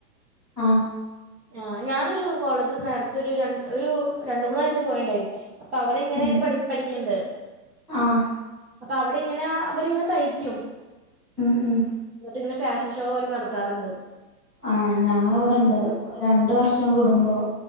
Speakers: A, in the centre; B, on the right (about 40°).
A: ആഹ്
B: ആഹ് ഞാനൊരു കോളേജി നേരത്തെ ഒരു രൺ ഒരു രണ്ട് മൂന്നാഴ്ച്ച പോയണ്ടായിരുന്നു അപ്പ അവിടെ ഇങ്ങനെ
A: ഉം
B: ഇത് പഠി പഠിക്കെണ്ട്
A: ആഹ്
B: അപ്പ അവിടിങ്ങനാ അവരിങ്ങ് തയ്ക്കും
A: ഉം ഉം
B: എന്നിട്ട് ഇങ്ങനെ ഫാഷൻ ഷോ പോലെ നടത്താറിണ്ട്
A: ആഹ് ഞങ്ങളിവിടെണ്ട് രണ്ടു വർഷം കൂടുമ്പോ